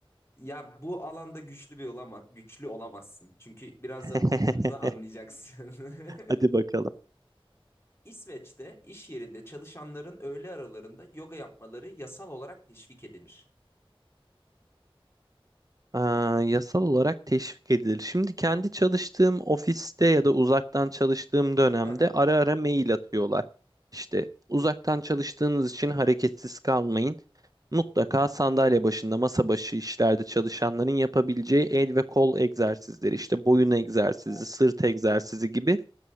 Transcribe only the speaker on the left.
Ya bu alanda güçlü bir olama, güçlü olamazsın. Çünkü birazdan
okuduğumda anlayacaksın.
<laughs>
İsveç'te iş yerinde çalışanların öğle aralarında yoga yapmaları yasal olarak teşvik edilir.
Hı
hı.